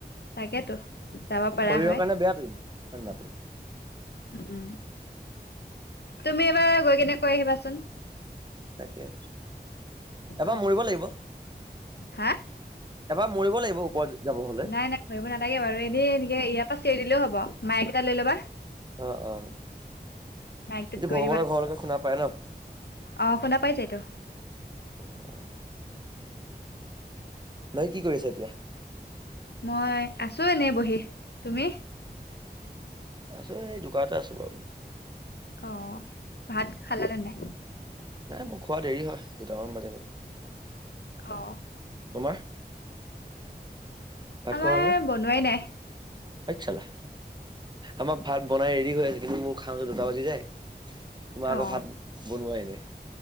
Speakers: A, on the left (about 75°); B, on the right (about 25°).
A: তাকেটো যাব পাৰা
B: শৰীৰৰ
A: হয়।
B: কাৰণে বেয়াটো ইমান ঠাণ্ডাটো
A: উম, তুমি এবাৰ গৈ কেনে কৈ আহিবাচোন।
B: তাকে এবাৰ
A: অ
B: মৰিব লাগিব।
A: হা
B: এবাৰ মৰিব লাগিব, ওপৰত যাব হ'লে।
A: নাই, নাই, মৰিব নালাগে বাৰু এনেই এনেকে ইয়াৰ পৰা চিয়ৰি দিলেও হ'ব মায়ই এটা লৈ ল'বা।
B: অ', অ',
A: মাইকটোত
B: ইটো
A: কৈ
B: ভগৱানৰ
A: দিবা
B: ঘৰলৈকে শুনা পাই ন'।
A: অ', শুনা পাই যায়টো।
B: অ নাই কি কৰিছা এতিয়া?
A: মই আছোঁ এনেই বহি, তুমি?
B: আছোঁ এই দোকানতে আছোঁ বাৰু মই।
A: অ', ভাত খালা নে নাই?
B: নাই মোৰ খোৱা দেৰি হয় দুটামান বাজে গৈ।
A: অ'।
B: তোমাৰ ভাত
A: আমাৰ
B: খোৱা হ'লনে?
A: বনোৱাই নাই
B: পছালা আমাৰ ভাত বনাই ৰেডি হৈ আছে কিন্তু মোৰ খাওঁতে দুটা বাজি যায়। তোমাৰ আকৌ
A: অ
B: ভাত বনোৱাই নাই।